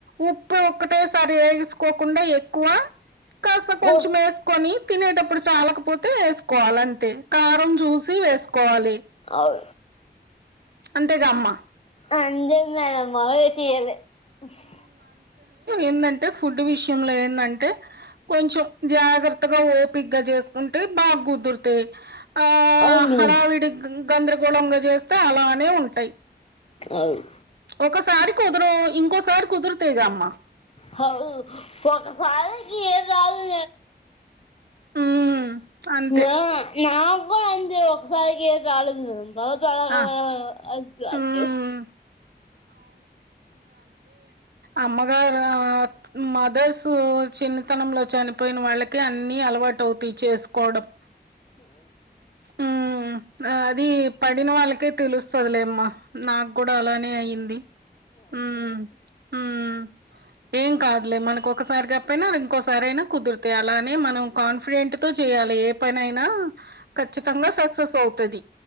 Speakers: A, on the right; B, on the left.
A: ఉప్పు ఒకటే సారి కోకుండా ఎక్కువ కాస్త కొంచెం
B: ఓ
A: వేసుకొని తినేటప్పుడు చాలా పోతే స్కల్ అంట కారం చూసి వేసుకోవాలి
B: అవు
A: అంతేగామ్మ
B: అజేన్నా మగాగా చేయాల ఉహ్
A: ఏందంటడి ఫుడ్ విషంటే కొ జా పిగగా చేసుకుంటే బాగా కుదురుతాది ఆ
B: అవును
A: హడావిడి గందరగోళంగా చేస్తే అలానే ఉంటాయి
B: అవును
A: ఒకసారి కుదరవు ఇంకోసారి కుదురుతేగా అమ్మా
B: హా ఒకసారికి ఎం రాదు
A: హ్మ్ అంతే
B: నా నా కూడా అంతే ఒకసారికే ఏం రాలేదు న త
A: ఆ
B: అతు
A: హ్మ్
B: చెస్
A: అమ్మగరా మదర్స్ చిన్నతనంలో చనిపోయిన వాళ్ళకే అన్ని అలవాటు టు చేసుకోవడం మ్మ్ అది పడిన వాళ్ళకే తెలుస్తుందిలేమ్మ నాకు కూడా అలానే అయింది మ్మ్ మ్మ్ ఏం కాదులే మనకు ఒకసారిగా ఎప్పుడైనా ఇంకోసారి అయినా కుదురుతాయ్ అలా అని మనం కాన్ఫిడెంట్ తో చేయాలి. ఏ పనైనా ఖచ్చితంగా సక్సెస్ అవుతది